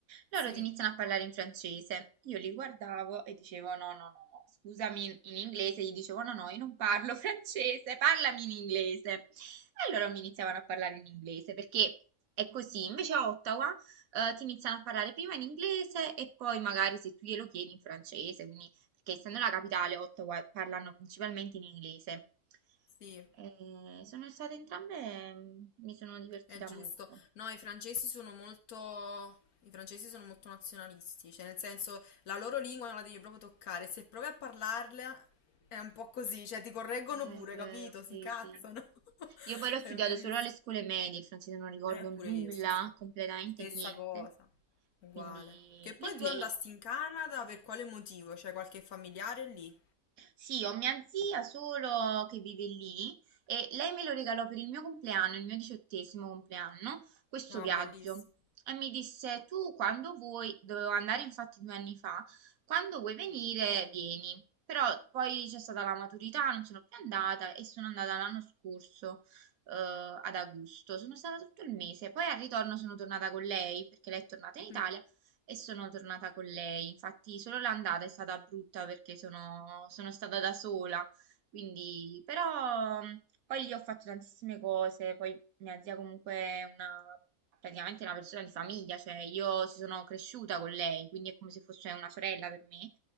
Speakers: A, on the right; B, on the left.
A: Loro
B: Sì,
A: ti iniziano a parlare in francese. Io li guardavo e dicevo: No, no, no, no, scusami in in inglese. Gli dicevo: No, no, io non parlo <laughs> francese, parlami in inglese. E loro mi iniziavano a parlare in inglese perché è così. Invece a Ottawa, eh, ti iniziano a parlare prima in inglese e poi magari se tu glielo chiedi in francese. Quindi, perché essendo la capitale, Ottawa parlano principalmente in inglese.
B: sì.
A: Eh, sono state entrambe, mm, mi sono divertita
B: È giusto.
A: molto.
B: No, i francesi sono molto... i francesi sono molto nazionalisti, cioè nel senso la loro lingua non la devi proprio toccare, se provi a parlarla è un po' così, cioè ti correggono
A: È
B: pure,
A: vero,
B: capito?
A: sì,
B: Si incazzano.
A: sì.
B: <laughs>
A: Io poi l'ho studiato
B: È verissimo.
A: solo alle scuole medie, il francese non ricordo
B: Eh, pure
A: nulla,
B: io stessa.
A: completamente
B: Stessa
A: niente.
B: cosa, uguale.
A: Quindi
B: Che poi
A: l'inglese.
B: tu andasti in Canada per quale motivo? C'è qualche familiare lì?
A: Sì, ho mia zia solo che vive lì e lei me lo regalò per il mio compleanno, il mio diciottesimo compleanno, questo
B: Ah,
A: viaggio.
B: bellissimo.
A: E mi disse, tu quando vuoi, dovevo andare infatti due anni fa, quando vuoi venire, vieni. Però poi c'è stata la maturità, non sono più andata e sono andata l'anno scorso, eh, ad agosto. Sono stata tutto il mese. Poi al ritorno sono tornata con lei perché lei è tornata in Italia
B: Mm.
A: e sono tornata con lei. Infatti, solo l'andata è stata brutta perché sono, sono stata da sola. Quindi, però, mh, poi lì ho fatto tantissime cose. Poi mia zia comunque è una, praticamente una persona di famiglia, cioè io ci sono cresciuta con lei, quindi è come se fosse una sorella per me.